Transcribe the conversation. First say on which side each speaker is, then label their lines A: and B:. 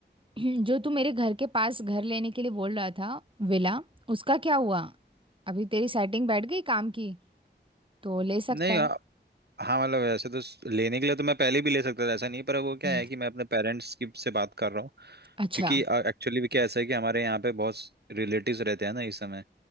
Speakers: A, on the right; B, on the right.
A: जो तू मेरे घर के पास घर लेने के लिए बोल रहा था विला उसका क्या हुआ अभी तेरी सेटिंग बैठ गई काम की तो ले सकता
B: नहीं
A: है
B: आ- हाँ मतलब वैसे तो स- लेने के लिए तो मैं पहले भी ले सकता था ऐसा नहीं पर वो क्या
A: हम्म,
B: है कि मैं अपने पेरेंट्स की से बात कर रहा हूँ
A: अच्छा
B: क्योंकि एक्चुअली भी क्या ऐसा है कि हमारे यहाँ पे बहुत रिलेटिव्स रहते हैं ना इस समय